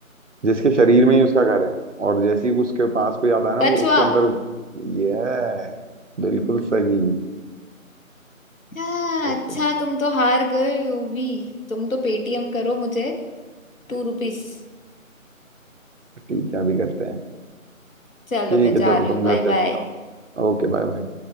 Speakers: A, on the right (about 60°); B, on the left (about 70°).
A: जिसके शरीर में ही उसका घर है और जैसे ही उसके पास कोई आता है ना
B: कछुआ
A: वो उसके अंदर ये बिल्कुल सही
B: हाँ
A: बिल्कुल
B: अच्छा तुम तो हार गए हो भी तुम तो पेटीएम करो मुझे टू रुपीस
A: ठीक है अभी करते हैं
B: चलो
A: ठीक
B: मैं
A: है
B: जा
A: चलो
B: रही
A: तुम
B: हूँ बाय
A: घर चले
B: बाय
A: जाओ Okay bye bye